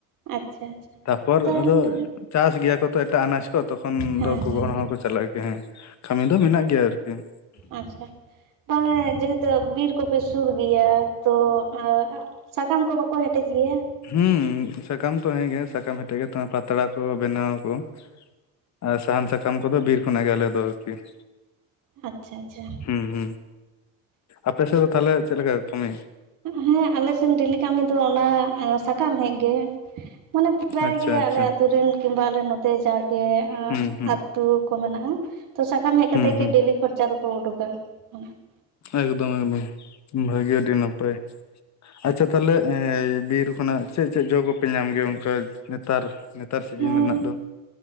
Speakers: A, on the right (about 55°); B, on the left (about 45°).
A: ᱟᱪᱪᱷᱟ ᱟᱪᱪᱷᱟ
B: ᱛᱟᱯᱚᱨ
A: ᱛᱟᱦᱚᱞᱮ
B: ᱟᱫᱚ ᱪᱟᱥ ᱜᱮᱭᱟ ᱠᱚ ᱛᱚ ᱮᱴᱟᱜ ᱟᱱᱟᱡ ᱠᱚ ᱛᱚᱠᱷᱚᱱ
A: ᱦᱮᱸ
B: ᱫᱚ ᱜᱚᱜᱚ
A: ᱦᱮᱸ
B: ᱦᱚᱲᱚ ᱦᱚᱸᱠᱚ ᱪᱟᱞᱟᱜ ᱜᱮᱭᱟ ᱦᱮᱸ ᱾ ᱠᱟᱹᱢᱤ ᱫᱚ ᱢᱮᱱᱟᱜ ᱜᱮᱭᱟ ᱟᱨᱠᱤ ᱾
A: ᱟᱪᱪᱷᱟ ᱾ ᱛᱟᱦᱚᱞᱮ ᱡᱮᱦᱮᱛᱩ ᱵᱤᱨ ᱠᱚᱯᱮ ᱥᱩᱨ ᱜᱮᱭᱟ ᱛᱚ ᱾ ᱟᱨ ᱥᱟᱠᱟᱢ ᱠᱚ ᱵᱟᱠᱚ ᱦᱮᱴᱮᱡ ᱜᱮᱭᱟ?
B: ᱦᱩᱸ, ᱥᱟᱠᱟᱢ ᱛᱚ ᱦᱮᱸᱜᱮ ᱥᱟᱠᱟᱢ ᱦᱮᱴᱮᱡ ᱠᱟᱛᱮ ᱯᱟᱛᱲᱟ ᱠᱚ ᱵᱮᱱᱟᱣᱟᱠᱚ ᱾ ᱟᱨ ᱥᱟᱦᱟᱱ ᱥᱟᱠᱟᱢ ᱠᱚᱫᱚ ᱵᱤᱨ ᱠᱷᱚᱱᱟᱜ ᱜᱮ ᱟᱞᱮ ᱫᱚ ᱟᱨᱠᱤ ᱾
A: ᱟᱪᱪᱷᱟ ᱟᱪᱪᱷᱟ ᱾
B: ᱦᱩᱸ ᱦᱩᱸ ᱟᱯᱮ ᱥᱮᱫ ᱫᱚ ᱛᱟᱦᱚᱞᱮ ᱪᱮᱫ ᱞᱮᱠᱟ ᱠᱟᱹᱢᱤ?
A: ᱦᱮᱸ, ᱟᱞᱮ ᱥᱮᱱ ᱰᱮᱞᱤ ᱠᱟᱹᱢᱤ ᱫᱚ ᱚᱱᱟ ᱥᱟᱠᱟᱢ ᱦᱮᱡ ᱜᱮ ᱢᱟᱱᱮ ᱾ ᱥᱮᱫᱟᱭ
B: ᱟᱪᱪᱷᱟ
A: ᱜᱮ
B: ᱟᱪᱪᱷᱟ
A: ᱟᱞᱮ ᱟᱛᱩ ᱨᱮᱱ ᱠᱤᱢᱵᱟ ᱟᱞᱮ ᱱᱚᱛᱮ ᱡᱟᱜᱮ
B: ᱦᱩᱸ ᱦᱩᱸ
A: ᱟᱹᱛᱩᱳ ᱠᱚ ᱢᱮᱱᱟᱜᱼᱟ ᱾ ᱛᱚ ᱥᱟᱠᱟᱢ ᱦᱮᱡ ᱠᱟᱛᱮᱜ
B: ᱦᱩᱸ ᱦᱩᱸ
A: ᱜᱮ ᱰᱮᱞᱤ ᱠᱷᱚᱨᱪᱟ ᱫᱚᱠᱚ ᱩᱰᱩᱠᱟ ᱚᱱᱟ ᱾
B: ᱮᱠᱫᱚᱢ ᱮᱠᱫᱚᱢ, ᱵᱷᱟᱹᱜᱮ ᱟᱹᱰᱤ ᱱᱟᱯᱟᱭ ᱾ ᱟᱪᱪᱷᱟ ᱾ ᱛᱟᱦᱚᱞᱮ ᱮ ᱵᱤᱨ ᱠᱷᱚᱱᱟᱜ ᱪᱮᱫ ᱪᱮᱫ ᱡᱚ ᱠᱚᱯᱮ ᱧᱟᱢ ᱜᱮᱭᱟ ᱚᱱᱠᱟ ᱱᱮᱛᱟᱨ? ᱱᱮᱛᱟᱨ ᱥᱤᱡᱤᱱ
A: ᱦᱮᱸ
B: ᱨᱮᱱᱟᱜ ᱫᱚ ᱾